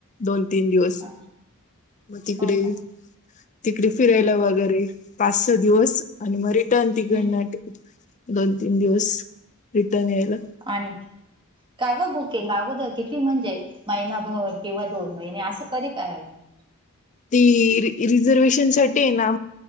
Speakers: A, on the left; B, on the right.
A: दोन तीन दिवस
B: हा
A: मग तिकडे
B: हो का
A: तिकडे फिरायला वगैरे पाच स दिवस आणि मग रिटर्न तिकडन.
B: हम्म.
A: दोन तीन दिवस रिटर्न यायला.
B: आणि कागं बुकिंग अगोदर किती म्हणजे महिनाभर किंवा दोन महिने असं कधी करायला
A: ती रिझर्वेशन साठी ना.